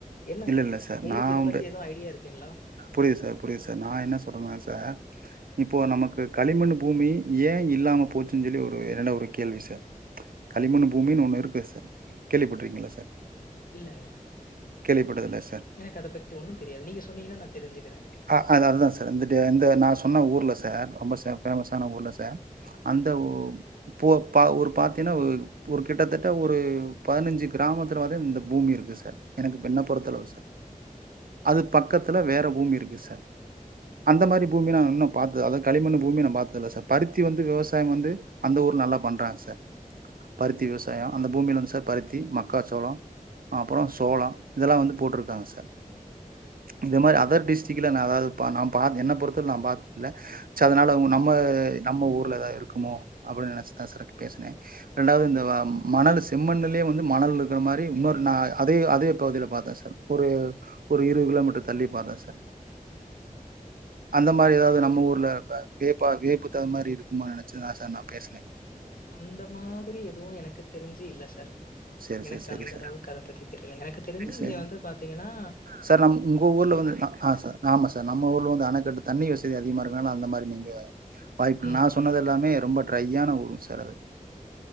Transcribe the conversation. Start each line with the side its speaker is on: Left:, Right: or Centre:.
Left: என்ன
Right: இல்லை இல்லை சார்
Left: உங்களுக்கு
Right: நான்
Left: இதை
Right: வந்து
Left: பத்தி எது ஐடியா இருக்குங்களா
Right: புரியுது சார் புரியுது சார் நா என்ன சொல்றன்ன சார் இப்போ நமக்கு களிமண் பூமி ஏ இல்லாம போச்சுன் சொல்லி ஒரு என்னட ஒரு கேள்வி சார் களிமண்ணு பூமின் ஒன்னு இருக்கு சார் கேள்விப்பட்ருக்கீங்ளா சார்
Left: இல்லங்க
Right: கேள்விப்பட்டதில்லயா சார்
Left: எனக்கு அத பத்தி ஒன்னுந் தெரியாது நீங்க சொன்னீங்கன்னா நா தெரி்ஞ்சுக்கிறே
Right: ஆ அ அதா சார் வந்துட்டு இந்த நா சொன்ன ஊர்ல சார் ரொம்ப ஃபேமஸ்ஸான ஊர்ல சார் அந்த ஒ பூவ ஒரு பாத்தீன்னா ஒரு கிட்டத்தட்ட ஒரு பதினஞ்சு கிராமத்துல வந்து இந்த பூமி இருக்கு சார் எனக்கு என்ன பொறுத்தளவு சார் அது பக்கத்துல வேற பூமி இருக்கு சார் அந்த மாரி பூமி நா இன்னு பாத்தது அதா களிமண்ணு பூமி நா பாத்ததில்ல சார் பருத்தி வந்து விவசாயம் வந்து அந்த ஊர் நல்லா பண்றாங் சார் பருத்தி விவசாயோ அந்த பூமில வந்து சார் பருத்தி மக்காச்சோளோ அப்பறோ சோளோ இதெல்லா வந்து போட்ருக்காங்க சார் இது மாரி அதர் டிஸ் டிக்ட்ல நா அதாது பா நா பாத் என்ன பொறுத்த அளவு நா பாத்ல்ல ச்ச அதனால உ நம்ம நம்ம ஊர்ல ஏதா இருக்குமோ அப்டின் நெனைச்சுதா சார் இப்ப பேசுனே ரெண்டாவது இந்த மணலு செம்மண்ணுலேயே வந்து மணல் இருக்கற மாரி இன்னொரு நா அதே அதே பகுதில பாத்தே சார் ஒரு ஒரு இருது கிலோமீட்டர் தள்ளிப்பாத்த சார் அந்த மாரி ஏதாவது நம்ம ஊர்ல வ வியப்பா வியப்பு தகுந்த மாரி இருக்குமா நெனச்சு தா சார் நா பேசுனே
Left: அந்த மாதிரி எதுவு எனக்கு தெரிஞ்சு இல்ல சார்
Right: சேரி
Left: எனக்கு
Right: சார் சேரி
Left: அந்த
Right: சார்
Left: அளவுக்கு அத பத்தி தெரியல எனக்கு தெரிஞ்சு இங்க
Right: சரி
Left: வந்து பாத்தீங்கன்னா
Right: சார் நம் உங்க ஊர்ல வந்து அ ஆ சார் ஆம சார் நம்ம ஊர்ல வந்து அணைகட்டு தண்ணி வசதி அதிகமா இருக்கனால அந்த மாரி நீங்க வாய்ப்பில்
Left: ம்.
Right: நா சொன்னதெல்லாமே ரொம்ப ட்ரையான ஊருங் சார் அது